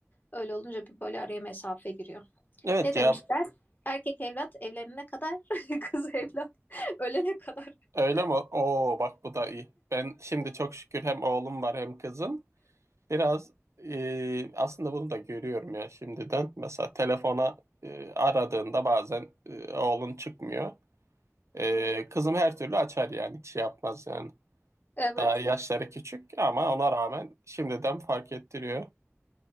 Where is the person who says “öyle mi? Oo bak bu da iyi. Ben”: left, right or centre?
Right